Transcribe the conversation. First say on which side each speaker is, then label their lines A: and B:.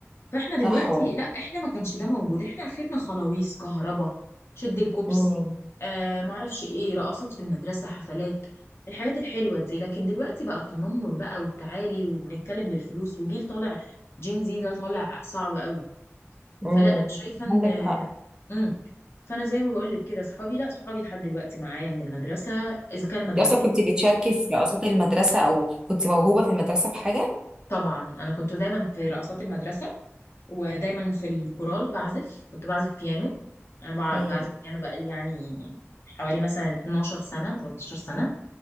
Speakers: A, on the left (about 60°); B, on the right (about 15°).
A: فاحنا دلوقتي
B: صح
A: لا احنا ما كانش ده موجود احنا اخرنا خلاويص كهربا شد الكوبس
B: والله
A: آه ما اعرفش ايه رقصات في المدرسة حفلات الحاجات الحلوة دي لكن دلوقتي بقى التنمر بقى والتعالي وبنتكلم بالفلوس وجيل طالع جين زي ده طالع صعب قوي
B: امم
A: فلا انا شايفه ان
B: عندك حق
A: امم فانا زي ما بقول لك كده صحابي لا صحابي لحد دلوقتي معايا من المدرسه اذا كان المدرستين
B: انت اصلا كنت بتشاركي في رقصات المدرسه او كنت موهوبه في المدرسه بحاجه
A: طبعا انا كنت دايما في رقصات المدرسه ودايما في الكورال بعزف كنت بعزف بيانو انا
B: امم
A: بع- بعزف بيانو بقالي يعني حوالي مثلا 12 سنه 13 سنه